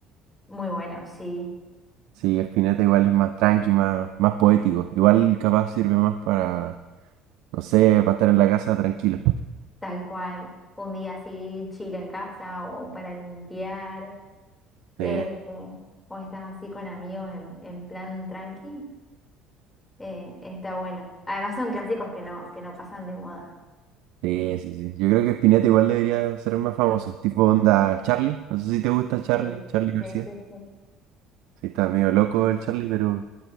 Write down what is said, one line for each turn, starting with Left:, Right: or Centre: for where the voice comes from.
Left: Muy bueno, sí,
Right: Sí, Spinetta igual es más tranqui, más, más poético. Igual capaz sirve más para, no sé, para estar en la casa tranquilo.
Left: tal cual. Un día así, chile en casa o para limpiar, eh,
Right: Sí,
Left: o estás así con amigos en, en plan tranqui, eh, está bueno. Además son clásicos que no, que no pasan de moda.
Right: sí, sí, sí. Yo creo que Spinetta igual debería ser más famoso. Tipo onda Charlie. No sé si te gusta Charlie,
Left: Sí,
Right: Charlie García.
Left: sí, sí, sí.
Right: Sí, está medio loco el Charlie, pero,